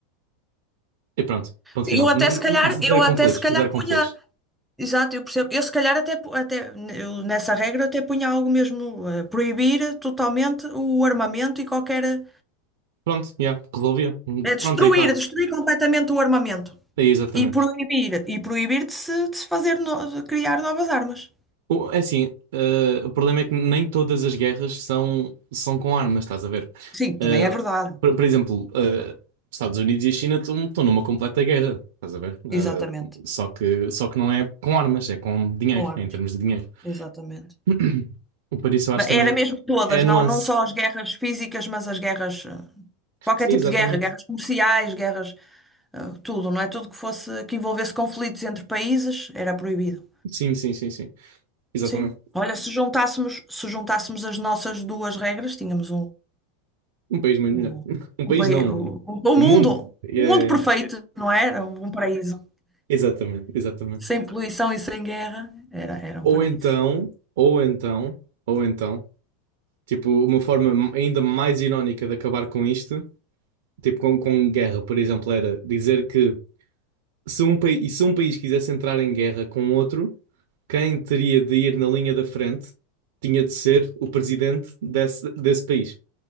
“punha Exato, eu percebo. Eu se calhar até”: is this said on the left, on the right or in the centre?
Centre